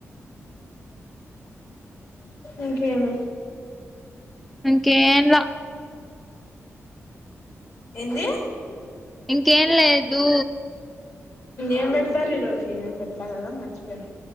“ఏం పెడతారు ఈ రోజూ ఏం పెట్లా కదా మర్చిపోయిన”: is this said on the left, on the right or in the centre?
Left